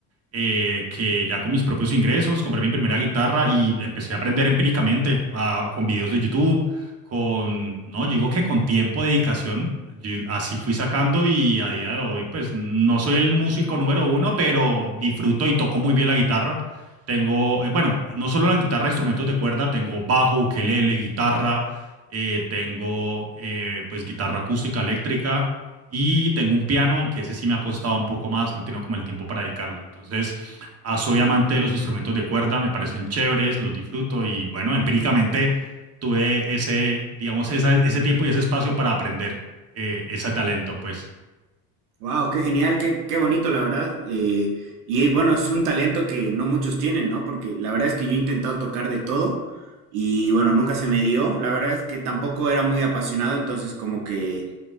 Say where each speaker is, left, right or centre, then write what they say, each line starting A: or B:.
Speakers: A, on the right; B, on the right.
A: eh, que ya con mis propios ingresos compré mi primera guitarra y empecé a aprender empíricamente ah, con videos de YouTube, con, no, yo digo que con tiempo, dedicación, yo así fui sacando y a día de hoy pues no soy el músico número uno, pero disfruto y toco muy bien la guitarra. Tengo, eh, bueno, no solo la guitarra, instrumentos de cuerda, tengo bajo, ukelele, guitarra, eh, tengo eh, pues guitarra acústica, eléctrica y tengo un piano, que ese sí me ha costado un poco más, no tengo como el tiempo para dedicarle. Entonces, ah, soy
B: Oh.
A: amante de los instrumentos de cuerda, me parecen chéveres, los disfruto y bueno, empíricamente tuve ese, digamos, esa- ese tiempo y ese espacio para aprender eh, ese talento, pues.
B: Wow, qué genial, qué, qué bonito, la verdad. Eh, y bueno, es un talento que no muchos tienen, ¿no? Porque la verdad es que yo he intentado tocar de todo y bueno, nunca se me dio. La verdad es que tampoco era muy apasionado, entonces como que,